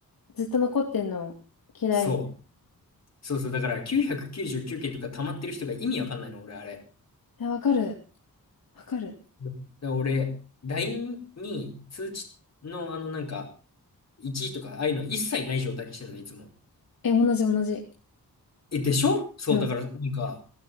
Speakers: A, on the left (about 70°); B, on the left (about 45°).
A: ずっと残ってんの嫌いみたい
B: そう。そうそう、だから999件とか溜まってる人が意味わかんないの、俺、あれ。
A: な。え、わかる。わかる。
B: だから俺、LINE に通知のあのなんか、1位とか、ああいうの一切ない状態にしてるの、いつも。
A: え、同じ同じ。
B: え、でしょそう、
A: うん。
B: だから、なんか、